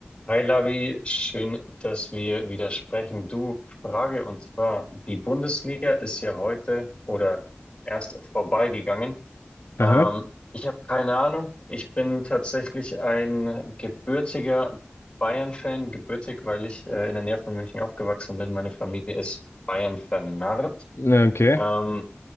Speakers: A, on the left (about 25°); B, on the left (about 70°).
A: Hi Lavi, schön, dass wir wieder sprechen. Du, Frage und zwar, die Bundesliga ist ja heute oder erst vorbeigegangen.
B: Aha.
A: Ähm, ich habe keine Ahnung. Ich bin tatsächlich ein gebürtiger Bayern-Fan, gebürtig, weil ich äh, in der Nähe von München aufgewachsen bin. Meine Familie ist Bayern vernarrt.
B: Ja, okay.
A: Ähm,